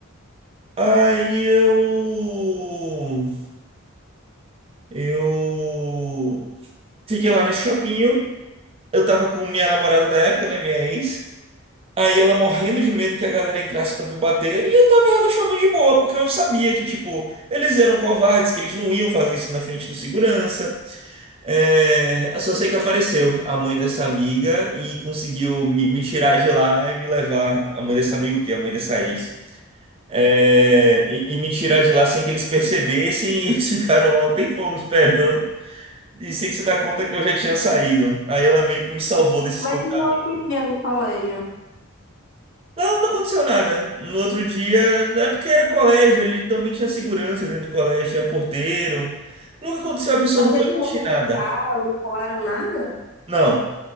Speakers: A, on the right; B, on the left.
A: Aí eu. Eu. Fiquei lá nesse shopping. Eu eu tava com minha namorada da época, né? Minha ex. Aí ela morrendo de medo que a galera entrasse pra me bater. E eu tava relativamente de boa, porque eu sabia que, tipo, eles eram covardes, que eles não iam fazer isso na frente do segurança. É, eu só sei que apareceu a mãe dessa amiga e conseguiu me, me tirar de lá e me levar. A mãe dessa amiga, o quê? A mãe dessa ex. É, e, e me tirar de lá sem que eles percebessem e eles <laughs> ficaram lá um tempão me esperando e sem se dar conta que eu já tinha saído. Aí ela meio que me salvou desse espantamento.
B: Mas e o outro dia no colégio?
A: Não, não aconteceu nada. No outro dia, é porque era colégio, ele também tinha segurança dentro do colégio, tinha porteiro. Nunca aconteceu absolutamente
B: Mas eles não abraçaram,
A: nada.
B: não falaram nada?
A: Não.